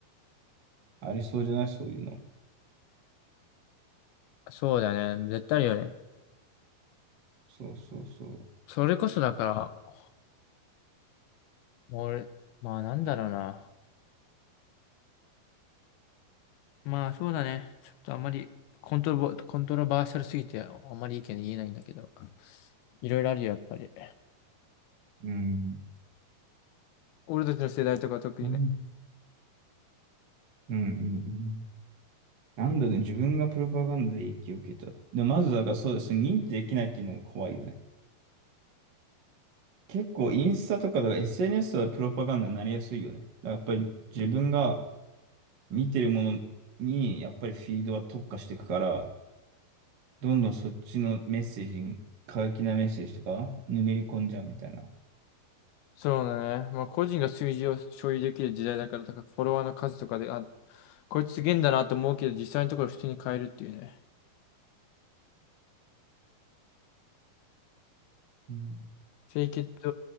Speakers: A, on the right (about 65°); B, on the left (about 85°).
A: ありそうじゃないそういうの。
B: そうだね。絶対あるよね。
A: そうそうそう。
B: それこそだから、俺、まあなんだろうな。まあそうだね。ちょっとあんまりコントロボ、コントロバーシャルすぎてあんまり意見言えないんだけど。いろいろあるよ、やっぱり。
A: うん。
B: 俺たちの世代とか特にね。
A: うん、うん、うん。うんなんだね、自分がプロパガンダで影響を受けた。で、まずだからそうです。認知できないっていうのが怖いよね。結構インスタとかだから SNS はプロパガンダになりやすいよね。だからやっぱり自分が見てるものにやっぱりフィードは特化していくから、どんどんそっちのメッセージに、過激なメッセージとか、ぬめり込んじゃうみたいな。
B: そうだね。まあ個人が数字を所有できる時代だから、だからフォロワーの数とかで、あ、こいつすげえんだなと思うけど、実際のところ普通に変えるっていうね。
A: うん、
B: Fake it